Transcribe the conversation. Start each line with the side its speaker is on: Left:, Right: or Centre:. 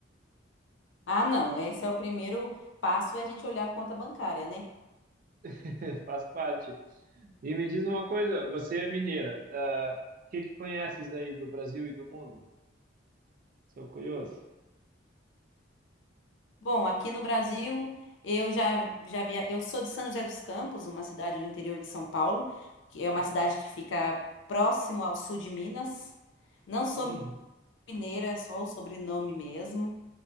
Left: Ah, não, esse é o primeiro passo, é a gente olhar a conta bancária, né?
Right: <laughs> Faz parte. E me diz uma coisa, você é mineira. ah, O que que conheces aí do Brasil e do mundo? Sou curioso.
Left: Bom, aqui no Brasil, eu já, já via, eu sou de São José dos Campos, uma cidade do interior de São Paulo, que é uma
Right: Ah,
Left: cidade que fica próximo ao sul de Minas. Não sou
Right: uhum.
Left: mineira, é só o sobrenome mesmo.